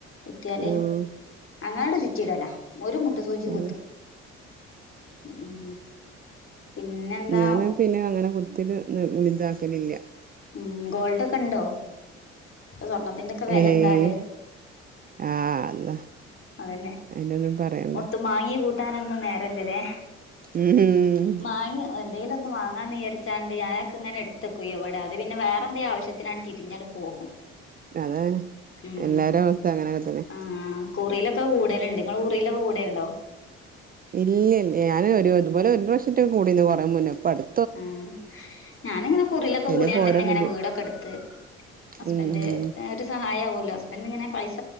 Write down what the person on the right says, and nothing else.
ആഹ്
അതെ
ഞാനാ പിന്നെ അങ്ങനെ കുത്തല് നി ഇതാക്കലില്ല
ഏയ് ആഹ് അള്ളാ
അയിനൊന്നും പറയണ്ട
ഉം
അതാന്നെ
എല്ലാരവസ്ഥ അങ്ങനെക്കെ തന്നെ
ഇല്ലെല്യ, ഞാന് ഒരു തുപോലെ ഒരുപ്രാവിശ്യറ്റെ കൂടീന്ന് കൊറേ മുന്നേ ഇപ്പ അടു
പിന്നെപ്പോ
ഓരോ ബുദ്ധി
ഉം
ഉം